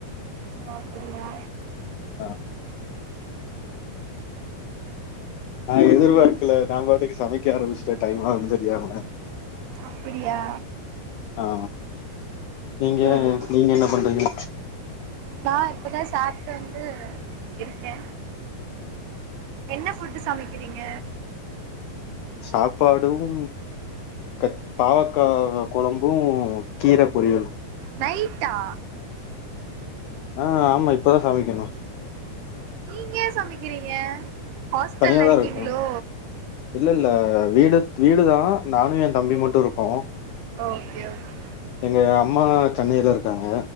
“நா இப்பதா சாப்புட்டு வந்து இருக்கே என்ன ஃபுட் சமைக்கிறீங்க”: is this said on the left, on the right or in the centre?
Right